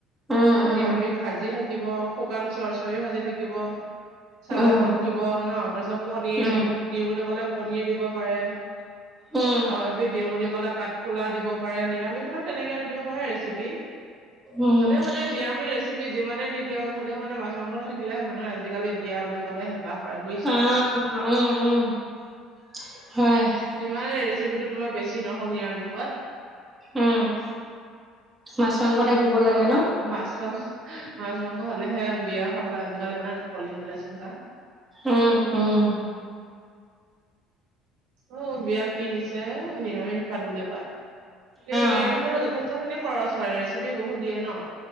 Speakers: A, on the right; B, on the right.
A: উম
B: তাৰপিছত নিৰামিষ ভাজি থাকিব, শুকান চৰচৰি ভাজি থাকিব। চালড
A: উম
B: থাকিব ন' তাৰ পিছত পনীৰ।
A: উম উম
B: দিওঁ বুলি ক'লে পনীৰ দিব পাৰে।
A: উম
B: আৰু এবিধ দিওঁ বুলি ক'লে কাঠফুলা দিব পাৰে। নিৰামিষতো তেনেকে এটা দিব পাৰে ৰেচিপি।
A: উম
B: হ'লেও মানে নিৰামিষ ৰে ৰেচিপি যিমানে নিদিয়ক হ'লেও মানে মাছ মাংস থাকিলেহে মানুহে আজি কালি বিয়া বুলি ক'লে হেঁপাহ কৰে। বুজিছা
A: অঁ' উমঁ উমঁ, হয়।
B: যিমানে ৰেচিপিটো তোমাৰ বেছি নহওঁক নিৰামিষত-
A: উমঁ' মাছ মাংস থাকিব
B: কিন্তু
A: লাগে ন'।
B: মাছ মাংস, মাছ মাংস হ'লে হে বিয়া খাবলৈ আজিকালি মানুহে ঢাপলি মেলে চোন কা।
A: উম উম
B: অ', বিয়াত কি দিছে, অ' নিৰামিষ ভাত বুলি কয়, কিন্তু
A: অ
B: নিৰামিষৰো যথেষ্ট খিনি খৰচ হয়, ৰেচিপি বহুত দিয়ে ন।